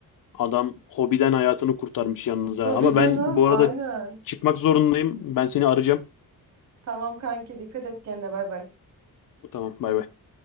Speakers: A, on the left; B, on the right.
A: adam hobiden hayatını kurtarmış yalnız
B: Tabii
A: ha. Ama
B: canım,
A: ben bu
B: aynen.
A: arada çıkmak zorundayım. Ben seni arayacağım.
B: Tamam kanki dikkat et kendine bay bay.
A: Tamam bay bay.